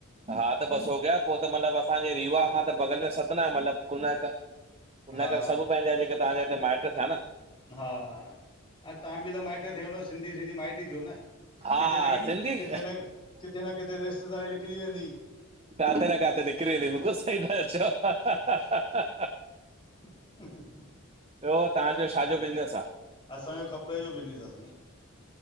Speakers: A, on the right; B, on the left.
A: हा त बसि हो गिया पो त मतिलबु असांजे रीवा खां त बॻल में सतना आए मतिलब। कुनाक कुनक
B: हा
A: सभु पेंजा जेके तहांजे हिते माइट थिया न।
B: हा, ऐं तव्हां बि त माइट थियो न सिंधी सिंधी माइट ई थियो न।
A: हा
B: किथे न किथे
A: सिंधी
B: किथे न किथे न किथे रिश्तेदारी निकिरी वेंदी।
A: काथे न काथे निकिरी वेंदी बिलकुल सही था चओ।
B: <inaudible>
A: ॿियो तहांजो छा जो बिज़नेस आ?
B: असांजो कपिड़े जो बिज आ साईं।